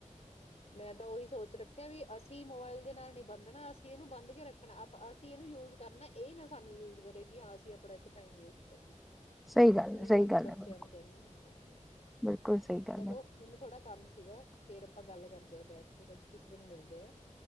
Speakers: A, on the left; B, in the centre.
A: ਮੈਂ ਤਾਂ ਉਹੀ ਸੋਚ ਰੱਖਿਆ ਵੀ ਅਸੀਂ ਮੋਬਾਇਲ ਦੇ ਨਾਲ ਨੀ ਬੰਦਣਾ ਅਸੀਂ ਇਹਨੂੰ ਬੰਦ ਕੇ ਰੱਖਣਾ ਅਸੀਂ ਇਹਨੂੰ ਯੂਜ ਕਰਨਾ ਇਹ ਨਾ ਸਾਨੂੰ ਯੂਜ ਕਰੇ ਕਿ ਹਾਂ ਅਸੀਂ ਆਪਣਾ ਇਥੇ ਟਾਈਮ ਵੇਸਟ ਕਰੀਏ।
B: ਸਹੀ
A: ਇਹੀ
B: ਹੈ ਸਹੀ
A: ਗੱਲ ਮੈਂ ਬੱਚਿਆਂ
B: ਹੈ
A: ਨੂੰ ਕਹਿੰਦੀ ਹੁੰਦੀ ਹਾ ਆਪਣੇ ਨੂੰ
B: ਬਿਲਕੁਲ ਸਹੀ ਗੱਲ
A: ਚਲੋ
B: ਹੈ।
A: ਮੈਨੂੰ ਥੋੜ੍ਹਾ ਕੰਮ ਸੀਗਾ ਫੇਰ ਆਪਾਂ ਗੱਲ ਕਰਦੇ ਆ ਬੈਠ ਕੇ ਕਿਸੇ ਦਿਨ ਮਿਲਦੇ ਆ